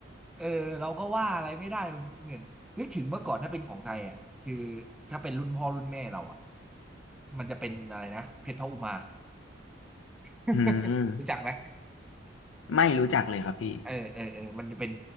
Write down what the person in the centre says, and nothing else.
เออเราก็ว่าอะไรไม่ได้มันเหมือนนึกถึงเมื่อก่อนถ้าเป็นของไทยอ่ะคือถ้าเป็นรุ่นพ่อรุ่นแม่เราอ่ะมันจะเป็นอะไรนะเพชรพระอุมา
<laughs>
รู้จักไหม
เออเออเออมันจะเป็น